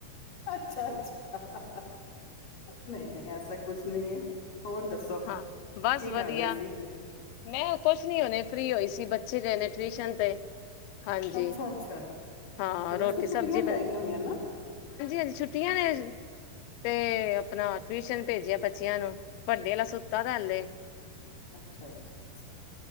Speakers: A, on the left (about 60°); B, on the left (about 80°).
A: ਅੱਛਾ -ਅੱਛਾ ਨਹੀਂ- ਨਹੀਂ ਐਸਾ ਕੁਛ ਨਹੀਂ ਹੈ ਹੋਰ ਦੱਸੋ
B: ਹਾਂ ਬਸ
A: ਕੀ ਕਰਦੇ
B: ਵਧੀਆ
A: ਸੀ।
B: ਮੈਂ ਕੁਛ ਨੀ ਹੋਣੇ ਫਰੀ ਸੁਤੀ ਹੋਈ ਸੀ ਬੱਚੇ ਗਏ ਨੇ ਟਿਊਸ਼ਨ ਤੇ ਹਾਂਜੀ
A: ਅੱਛਾ-ਅੱਛਾ, ਅੱਛਾ
B: ਹਾਂ
A: ਅੱਛਾ ਵੈਸੇ
B: ਰੋਟੀ
A: ਤਾਂ ਛੁੱਟੀਆਂ
B: ਸਬਜ਼ੀ
A: ਪੈ
B: ਹਾਂਜੀ-
A: ਗਈਆਂ ਹੋਣੀਆਂ ਨਾ
B: ਹਾਂਜੀ ਛੁੱਟੀਆਂ ਨੇ ਤੇ ਆਪਣਾ ਟਿਊਸ਼ਨ ਭੇਜਿਆ ਬੱਚਿਆਂ ਨੂੰ ਵੱਡੇ ਵਾਲਾ ਸੁੱਤਾ ਦਾ ਹੱਲੇ
A: ਅੱਛਾ -ਅੱਛਾ ਅੱਛਾ,